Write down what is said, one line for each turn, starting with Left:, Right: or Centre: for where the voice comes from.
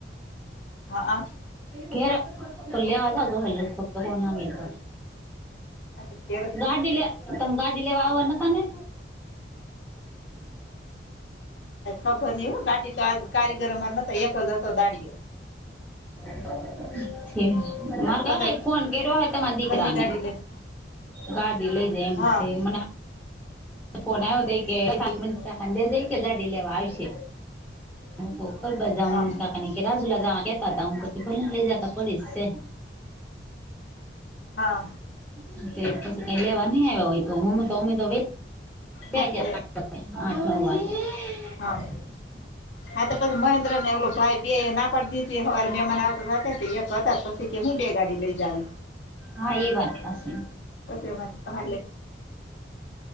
Left: હા.
Centre: ઘેર તો લેવા જાવ તો હલે ફક્ત કો ના મે તો
Left: આ તો ઘેર જ
Centre: ગાડી
Left: છે
Centre: લે તમ ગાડી લેવા આવવાના તા ને
Left: ખબર નહિ હો ગાડી તો આજ કારીગરમાંર નતા એક જ હતો દાડિયો
Centre: <unintelligible> મારે
Left: પછ
Centre: કાકા ઈ ફોન કર્યો હોય તમા દીકરા
Left: ઘરની
Centre: ને
Left: ગાડી લઈને
Centre: ગાડી લઈ જાય એમ
Left: હા
Centre: તે મને ફોન આવ્યો ત કે ખડે જાય કે ગાડી લેવા આવશે. હ ખર બજા
Left: હા
Centre: મન કાકાની રાજુલા જવા કેતા હતા હું ક ભલેને લઇ જતા પડીશ છે.
Left: હા
Centre: હુ કે પછી કઈ લેવા નઈ આવ્યા હોય તો મમ્મ તો અમે તો વે <unintelligible>
Left: હા તે
Centre: આઠ નવ વા
Left: હા હા તો પછી મહેન્દ્ર ને ઓલો ભાઈ બેએ ના કરદીતે હવારે મહેમાન આવતા એક હતા પછી કે હું બે ગાડી લઈ જાવી.
Centre: હા એ વાત હશે.
Left: પછે આમાર લે